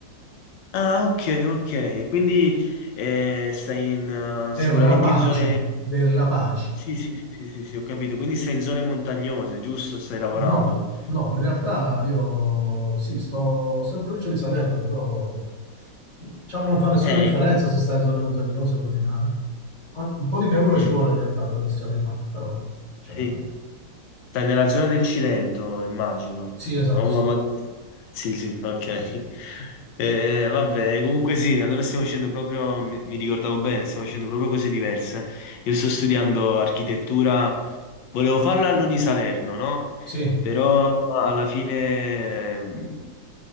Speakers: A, on the left; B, on the left.
A: Ah, ok, ok. Quindi eh, stai in, eh,
B: Dei
A: sicuramente
B: rapaci,
A: in zone.
B: dei rapaci.
A: Sì, sì, sì, sì, sì, sì, ho capito. Quindi sei in zone montagnose, giusto? Stai lavorando.
B: No, no, in realtà io sì, sto, sto in provincia di Salerno, però diciamo non fa nessuna
A: Eh,
B: differenza se stai in zone montagnose o collinari. An- Un po' di pianura
A: mm,
B: ci vuole in realtà per addestrare i fatti, però diciamo
A: sì.
B: non è.
A: Stai nella zona del Cilento, immagino.
B: Sì, esatto,
A: O
B: sì.
A: ma- ma- <laughs> Sì, sì, ok. <laughs> Eh, eh, vabbè, comunque sì, allora stiamo facendo proprio, mi, mi ricordavo bene, stiamo facendo proprio cose diverse. Io sto studiando architettura, volevo farla all'Uni Salerno, no?
B: Sì,
A: Però alla fine ehm,